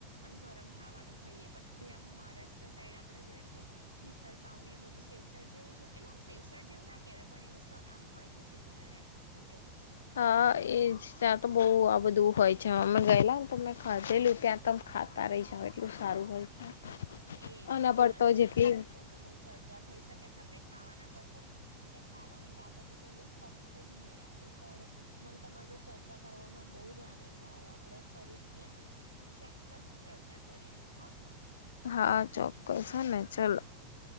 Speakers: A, on the right; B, on the left.
A: અને ગરમ ખાવાનું ખાઈએ પછી આ મહારાષ્ટ્ર સાઈડ આપડે જોઈએ ને તો મિસલ પાવ ને એ બધું સેવસડ જેવું જો એટલે આમ સેવસર જેવું ના કહેવાય પણ એવું સા આમ હોય છે સિમિલર એમ શું કેવું તમારું?
B: હા એ જ ત્યાં તો બહુ આ બધું હોય છે અમે ગયલા ને તો મેં ખાધેલું ત્યાં તમ ખાતા રહી જ હવે એટલું સારું હોય છે
A: એજ
B: અના
A: અને
B: પડતો
A: આન પર
B: જેટલી
A: તો સાચું કહું ને તો બહુ ચર્ચા થઈ શકે છે આપણે ખાવાના પડ તો કારણ કે ખાવાની વાતો તો કોઈ દિવસ પતશે જ નહી આપડી પણ મને તમારી જોડે ચર્ચા કરવામાં બહુ જ આનંદ આવ્યો આપણે ફરીથી આમ. ચોક્કસ ચર્ચા કરીશું હા.
B: હા ચોક્કસ હને ચલ.
A: હે